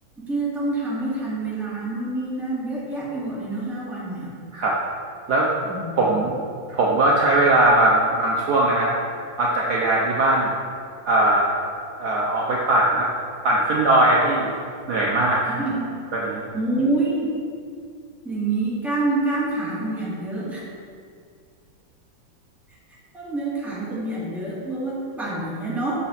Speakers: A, in the centre; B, on the right.
A: ที่จะต้องทำให้ทันเวลานู่นนี่นั่นเยอะแยะไปหมดเลยเนาะห้าวันเนี่ย
B: ครับแล้ว
A: อืม
B: ผมผมก็ใช้เวลาบางบางช่วงนะฮะเอาจักรยานที่บ้านอ่าอ่าออกไปปั่นนะครับปั่นขึ้นดอยอะพี่เหนื่อยมาก <laughs>
A: โอเค
B: ตัวนี้
A: โอ้ยอย่างนี้กล้ามกล้ามขาคงอย่างเยอะ <laughs> กล้ามเนื้อขาคงอย่างเยอะเพราะว่าปั่นอย่างเงี้ยเนาะ